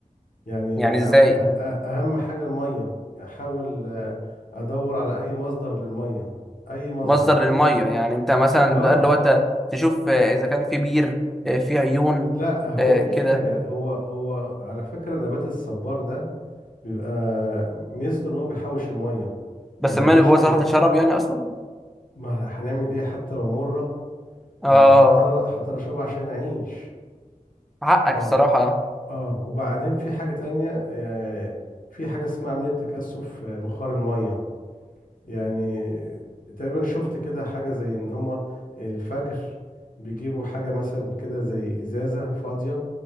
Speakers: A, on the left; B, in the centre.
A: يعني
B: يعني
A: أو
B: ازاي
A: أه أه- اهم حاجه الميه احاول آه ادور على اي مصدر للميه اي مصدر
B: مصدر للميه يعني انت مثلا
A: اه
B: بقى اللي هو انت تشوف آه، اذا كان في بير آه، في عيون
A: لا هو
B: آه،
A: في
B: كده
A: حاجه هو هو على فكره نبات الصبار ده بيبقى ميزته ان هو بيحوش الميه
B: بس
A: ما بيعملش
B: الماء اللي جوه
A: عم...
B: صراحه تشرب يعني اصلا
A: ما هنعمل ايه حتى لو مره آه،
B: اه
A: هضطر هضطر اشربها عشان اعيش
B: حقك
A: اه
B: الصراحه
A: اه وبعدين في حاجه تانية آه، في حاجه اسمها عمليه تكثف آه، بخار الميه يعني تقريبا شفت كده حاجه زي ان هما الفجر بيجيبوا حاجه مثلا كده زي ازازه فاضيه